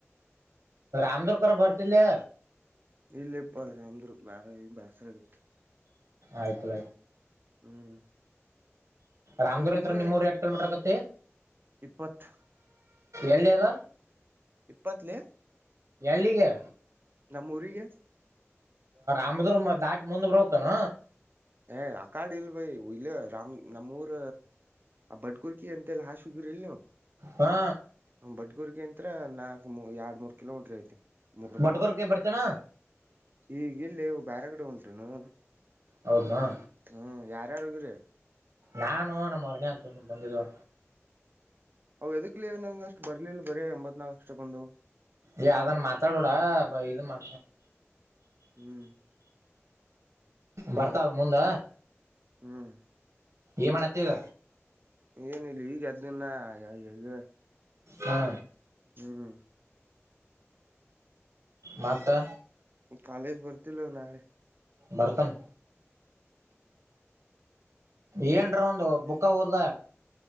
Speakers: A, on the right; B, on the right.
A: ರಾಮದುೂರ್ಕರ್ ಬರ್ತಿಲ್ಲಯ
B: ಇಲ್ಲಪ್ಪ ಅಮ್ರು ಬಾರ ಬಾಸರಗತ್ತು
A: ಆಯ್ತು ಆಯ್ತು
B: ಹ್ಮ್..
A: ರಾಮದೂರ್
B: ಮತ್ತ ನಿನ್ನು
A: ಎಂ ನಿಮೂರು ಎಟ್ ಕೆಲ್ಮೀಟ್ರ ಆಕತ್ತ..
B: ಇಪ್ಪತ್
A: ಎಳ್ಳೆಲ್ಲ..
B: ಇಪ್ಪತ್ಲಿ.
A: ಎಲ್ಲಿಗೆ..
B: ನಮ್ಮೂಊರಿಗೆ..
A: ಅಮದರು ದಾಟ ಮುಂದ ಬೋಗಕಾನ..
B: ಏ ಆ ಕಾಡ್ ಇಲ್ ಭೈ ಇಲ್ಲ ರಾಮ್ ನಮ್ಮೂಊರ ಭಟ್ ಕುುರ್ಕಿ ಎಂತಲ್ಲ ಹಾಶುಗರ್ ಇಲ್ ನೀವು..
A: ಹಾ
B: ಬಡ್ಗುರ್ಗ ಅಂತ್ರ ನಾಕ್ ಮೂ ಎರಡ್ ಮೂರ್ ಕಿಲೋಮೀಟ್ರ ಐತಿ ಮುಗನ
A: ಬಟ್ಗೂರ್ಕ ಬರ್ತೇನ
B: ಈಗಿಲ್ಲೇ ಬೇರೆಗಡೆ ಉಂಟುನು..
A: ಹೌದ್ಮಾ..
B: ಹ್ಮ್ ಯಾರ ಯಾರು ಹೋಗಿರಿ.
A: ನಾನು ನಮ್ಮ ಮರನೆ ಅಂತ ಬಂದಿದ್ದು..
B: ಅ ಎದಗ್ಲಿ ನನ್ಗೆ ಅಷ್ಟ್ ಬರ್ಲಿಲ್ಲ ಬರೀ ಎಂಬತ್ ನಾಲ್ಕ್ ಅಷ್ಟಕ್ಕೊಂದು..
A: ಏ ಅದನ್ನ ಮಾತಾಡಬಡ ಇದನ್ ಮಾ.
B: ಹ್ಮ್.
A: ಬರ್ತಾಲ್ ಮುಂದ.
B: ಹ್ಮ್
A: ಏ ಮಾಡತ್ತ ಈಗ.
B: ಏನ ಇಲ್ಲ ಈಗ ಅದ್ದನ್ನ ಈಗ
A: ಹಾ
B: ಹ್ಮ್
A: ಮಾತ
B: ಕಾಜ ಭರ್ತಿ ಲ ನೆ..
A: ಬರ್ತಲ್.. ಏನ್ರ ಒಂದು ಬುಕ್ಕ ಹೋದ್ಲ.